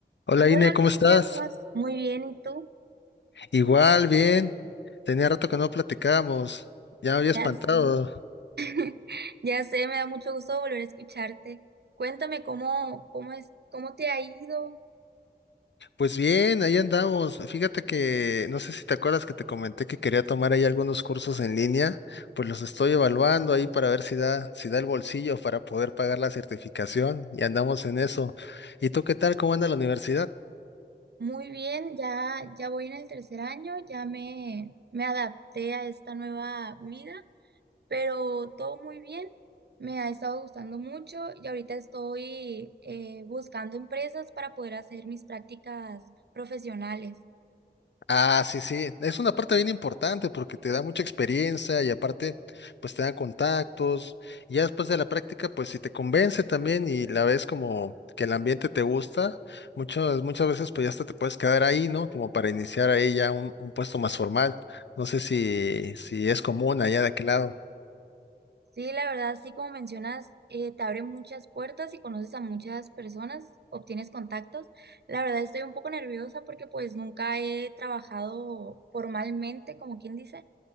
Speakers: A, on the left (about 80°); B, on the right (about 65°).
A: Hola
B: Hola
A: Ine, ¿cómo
B: Cristian,
A: estás?
B: ¿cómo vas? Muy bien, ¿y tú?
A: Igual, bien. Tenía rato que no platicábamos. Ya me había espantado.
B: Ya sé, <laughs> ya sé, me da mucho gusto volver a escucharte. Cuéntame cómo, cómo es, cómo te ha ido.
A: Pues bien, ahí andamos. Fíjate que no sé si te acuerdas que te comenté que quería tomar ahí algunos cursos en línea. Pues los estoy evaluando ahí para ver si da, si da el bolsillo para poder pagar la certificación. Y andamos en eso. ¿Y tú qué tal? ¿Cómo anda la universidad?
B: Muy bien, ya, ya voy en el tercer año, ya me, me adapté a esta nueva vida, pero todo muy bien. Me ha estado gustando mucho y ahorita estoy eh, buscando empresas para poder hacer mis prácticas profesionales.
A: Ah, sí, sí. Es una parte bien importante porque te da mucha experiencia y aparte, pues te da contactos. Y ya después de la práctica, pues si te convence también y la ves como que el ambiente te gusta, muchas, muchas veces pues ya hasta te puedes quedar ahí, ¿no? Como para iniciar ahí ya un, un puesto más formal. No sé si, si es común allá de aquel lado.
B: Sí, la verdad, sí, como mencionas, eh, te abre muchas puertas y conoces a muchas personas, obtienes contactos. La verdad, estoy un poco nerviosa porque pues nunca he trabajado formalmente, como quien dice,